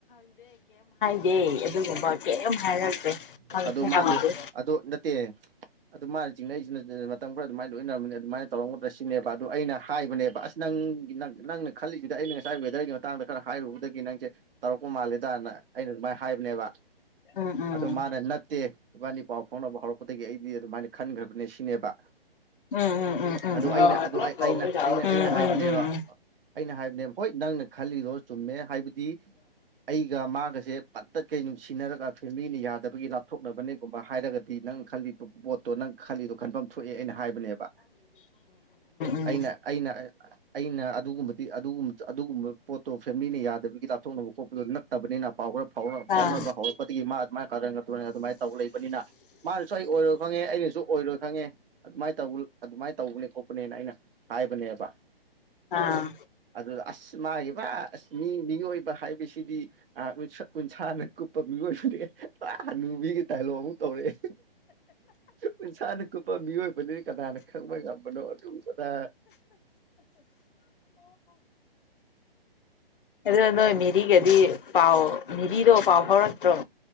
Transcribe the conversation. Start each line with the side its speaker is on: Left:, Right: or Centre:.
Left: ꯗꯦ ꯑꯗꯨꯒꯨꯝꯕ ꯀꯩꯝ ꯍꯥꯏꯔꯛꯇꯦ ꯍꯪꯁꯨ
Right: ꯑꯗꯨ ꯃꯥꯗꯨ
Left: ꯍꯪꯗꯦ
Right: ꯑꯗꯨ ꯅꯠꯇꯦ ꯑꯗꯨ ꯃꯥ ꯆꯤꯡꯅꯩꯖꯤꯅꯗꯤ ꯃꯇꯝ ꯈꯔ ꯑꯗꯨꯃꯥꯏꯅ ꯂꯣꯏꯅꯔꯝꯝꯕꯅꯤ ꯑꯗꯨꯃꯥꯏꯅ ꯇꯧꯔꯝꯒꯗ꯭ꯔ ꯁꯤꯅꯦꯕ ꯑꯗꯨ ꯑꯩꯅ ꯍꯥꯏꯕꯅꯦꯕ ꯑꯁ ꯅꯪ ꯅꯪꯅ ꯈꯜꯂꯤꯁꯤꯗ ꯑꯩꯅ ꯉꯁꯥꯏ ꯋꯦꯗꯔꯒꯤ ꯃꯇꯥꯡꯗ ꯈꯔ ꯍꯥꯏꯔꯨꯕꯗꯒꯤ ꯅꯪꯁꯦ ꯇꯧꯔꯛ ꯃꯥꯜꯂꯦꯗꯅ ꯑꯩꯅ ꯑꯗꯨꯃꯥꯏꯅ ꯍꯥꯏꯕꯅꯦꯕ
Left: ꯎꯝ ꯎꯝ
Right: ꯑꯗꯣ ꯃꯥꯅ ꯅꯠꯇꯦ ꯏꯕꯥꯅꯤ ꯄꯥꯎ ꯐꯥꯎꯅꯕ ꯍꯧꯔꯛꯄ ꯑꯗꯒꯤ ꯑꯩꯗꯤ ꯑꯗꯨꯃꯥꯏꯅ ꯈꯟꯈ꯭ꯔꯕꯅꯦ ꯁꯤꯅꯦꯕ
Left: ꯎꯝ ꯎꯝ ꯎꯝ ꯎꯝ
Right: ꯑꯗꯨ
Left: ꯎꯝ ꯎꯝ ꯎꯝ
Right: ꯑꯩꯅ
Left: ꯎꯝ
Right: ꯑꯗꯨ ꯑꯩꯅ ꯑꯩꯅ
Left: ꯎꯝ
Right: ꯑꯩꯅ ꯍꯥꯏꯕꯅꯦꯕ
Left: ꯎꯝ ꯎꯝ
Right: ꯑꯩꯅ ꯍꯥꯏꯕꯅꯦꯕ ꯍꯣꯏ ꯅꯪꯅ ꯈꯜꯂꯤꯗꯣ ꯆꯨꯝꯃꯦ ꯍꯥꯏꯕꯗꯤ ꯗꯤ ꯑꯩꯒ ꯃꯥꯒ ꯁꯦ ꯄꯠ ꯇꯠꯈꯩ ꯅꯨꯡꯁꯤꯅꯔꯒ ꯐꯦ ꯃꯤꯅ ꯌꯥꯗꯕꯒꯤ ꯂꯥꯞꯊꯣꯛꯅꯕꯅꯦꯒꯨꯝꯕ ꯍꯥꯏꯔꯒꯗꯤ ꯅꯪ ꯈꯜꯂꯤ ꯄꯣꯠꯇꯣ ꯅꯪ ꯈꯜꯂꯤꯗꯣ ꯈꯟꯐꯝ ꯊꯣꯛꯑꯦ ꯑꯩꯅ ꯍꯥꯏꯕꯅꯦꯕ
Left: ꯎꯝ
Right: ꯑꯩꯅ ꯑꯩꯅ ꯑꯩꯅ ꯑꯗꯨꯒꯨꯝꯕ ꯑꯗꯨꯒꯨꯝꯕ ꯄꯣꯠꯇꯣ ꯐꯦꯃꯤꯂꯤꯅ ꯌꯥꯗ ꯕꯒꯤ ꯂꯥꯞꯊꯣꯛꯅꯕ ꯈꯣꯠꯄꯗꯣ ꯅꯠꯇꯕꯅꯤꯅ ꯄꯥꯎ ꯈꯔ ꯐꯥꯎ ꯐꯥꯎꯅꯕ
Left: ꯑꯥ
Right: ꯍꯧꯔꯛꯄꯗꯩꯩ ꯃꯥ ꯑꯗꯨꯃꯥꯏꯅ ꯀꯥꯔꯟꯒ ꯇꯨꯔꯟꯒ ꯑꯗꯨꯃꯥꯏꯅ ꯇꯧ ꯂꯩꯕꯅꯤꯅ ꯃꯥꯅꯁꯨ ꯑꯩ ꯑꯣꯏꯔꯣꯏ ꯈꯪꯉꯦ ꯑꯩꯅꯁꯨ ꯑꯣꯏꯔꯣꯏ ꯈꯪꯉꯦ ꯉꯦ ꯑꯗꯨꯃꯥꯏꯅ ꯇꯧꯕ ꯑꯗꯨꯃꯥꯏꯅ ꯇꯧꯕꯅꯦ ꯈꯣꯠꯄꯅꯦ ꯅꯦꯅ ꯑꯩꯅ ꯍꯥꯏꯕꯅꯦꯕ
Left: ꯑꯥ
Right: ꯑꯁ ꯃꯥꯒꯤ ꯄꯨꯔꯥ ꯑꯁ ꯃꯤ ꯃꯤꯑꯣꯏꯕ ꯍꯥꯏꯕꯁꯤꯗꯤ ꯑ ꯎꯟꯁꯥꯅ ꯀꯨꯞꯄ ꯃꯤꯑꯣꯏꯕꯅꯤ ꯍꯥꯅꯨꯕꯤꯒꯤ ꯗꯥꯏꯂꯣꯛ ꯑꯃꯨꯛ ꯇꯧꯔꯛꯑꯦ ꯄꯩꯁꯥꯅ ꯀꯨꯞꯄ ꯃꯤꯑꯣꯏ ꯀꯅꯥꯅ ꯈꯪꯕ ꯉꯝꯕꯅꯣ ꯑꯗꯨꯒꯨꯝꯕꯗ
Left: ꯑꯗꯨꯗ ꯅꯣꯏ ꯃꯦꯔꯤꯒꯗꯤ ꯄꯥꯎ ꯃꯦꯔꯤꯗꯣ ꯄꯥꯎ ꯐꯥꯎꯔꯛ꯭ꯇꯔꯣ